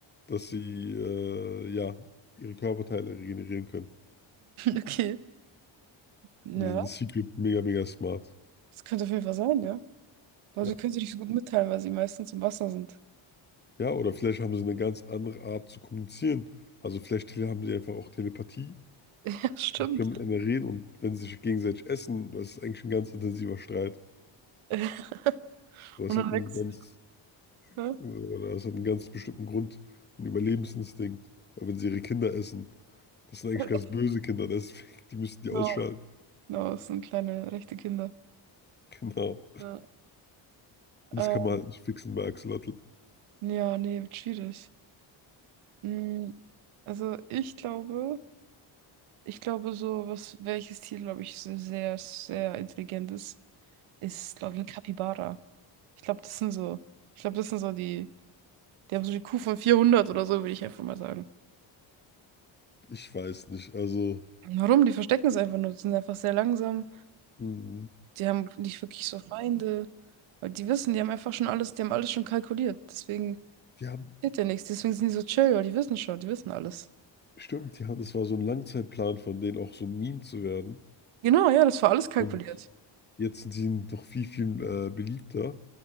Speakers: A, on the left (about 20°); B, on the right (about 85°).
A: dass sie, äh, ja, ihre Körperteile regenerieren können.
B: Okay. Ja,
A: Und die sind secret mega, mega smart.
B: das könnte auf jeden Fall sein, ja. Aber
A: Ja.
B: sie können sich nicht so gut mitteilen, weil sie meistens im Wasser sind. <laughs>
A: Ja, oder vielleicht haben sie eine ganz andere Art zu kommunizieren. Also vielleicht tele- haben sie einfach auch Telepathie,
B: Ja, stimmt.
A: können miteinander reden und wenn sie sich gegenseitig essen, das ist eigentlich ein ganz intensiver Streit.
B: <laughs>
A: Aber
B: Und
A: es
B: dann
A: hat einen
B: wächst,
A: ganz,
B: ne?
A: äh, oder es hat einen ganz bestimmten Grund, einen Überlebensinstinkt. Weil wenn sie ihre Kinder essen, das sind eigentlich
B: <laughs>
A: ganz böse Kinder, deswegen, die müssen die
B: Genau.
A: ausschalten. <laughs>
B: Genau, es sind kleine rechte Kinder.
A: Genau.
B: Ja.
A: Und
B: Ähm,
A: das kann man halt nicht fixen bei Axolotl.
B: ja, nee, wird schwierig. Mm, Also ich glaube, ich glaube so, was, welches Tier, glaube ich, so sehr, sehr intelligent ist, ist, glaube ich, ein Capybara. Ich glaube, das sind so, ich glaube, das sind so die, die haben so die Kuh von 400 oder so, würde ich einfach mal sagen.
A: Ich weiß nicht, also,
B: Warum? Die verstecken es einfach nur, die sind einfach sehr langsam,
A: hm,
B: die haben nicht wirklich so Feinde, weil die wissen, die haben einfach schon alles, die haben alles schon kalkuliert, deswegen
A: die haben,
B: passiert ja nichts, deswegen sind die so chill, weil die wissen schon, die wissen alles.
A: stimmt, die haben, das war so ein Langzeitplan von denen, auch so ein Meme zu werden.
B: Genau, ja, das war alles kalkuliert.
A: Und Jetzt sind sie noch viel, viel äh, beliebter